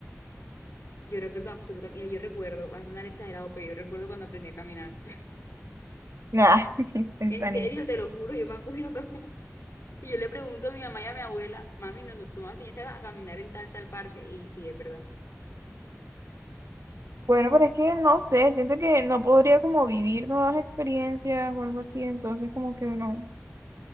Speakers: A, on the left; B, on the right.
A: Yo recuerdo absolutamente, mira, yo recuerdo, va a sonar exagerado, pero yo recuerdo cuando aprendí a caminar. <laughs>
B: Nah, <laughs> está
A: En serio,
B: niña.
A: te lo juro, yo me acuerdo. <laughs> Y yo le pregunto a mi mamá y a mi abuela, mami, nosotros, tú me enseñaste a caminar en tal, tal parque. Y sí, es verdad.
B: Bueno, pero es que no sé, siento que no podría como vivir nuevas experiencias o algo así, entonces como que no.